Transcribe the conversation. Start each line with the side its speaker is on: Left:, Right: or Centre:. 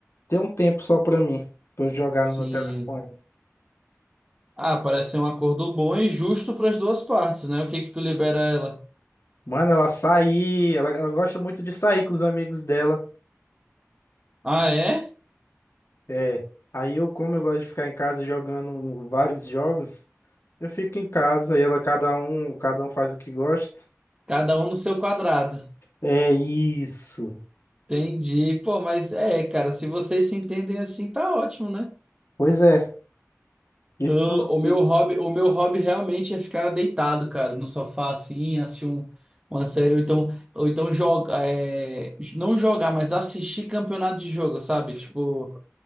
Left: tenho um tempo só pra mim, pra eu jogar
Right: sim.
Left: no meu telefone.
Right: Ah, parece ser um acordo bom e justo para as duas partes, né? O que que tu libera ela?
Left: Mano, ela sai, ela, ela gosta muito de sair com os amigos dela.
Right: Ah, é?
Left: É, aí eu, como eu gosto de ficar em casa jogando um, vários jogos, eu fico em casa e ela cada um, cada um faz o que gosta.
Right: Cada um no seu quadrado.
Left: É isso.
Right: Entendi. Pô, mas é, cara, se vocês se entendem assim, tá ótimo, né?
Left: Pois é.
Right: Ah,
Left: E tu
Right: o meu
Left: e
Right: hobby, o meu hobby realmente é ficar deitado, cara, no sofá assim, assistir um- uma série ou então, ou então joga, é, não jogar, mas assistir campeonato de jogo, sabe? Tipo,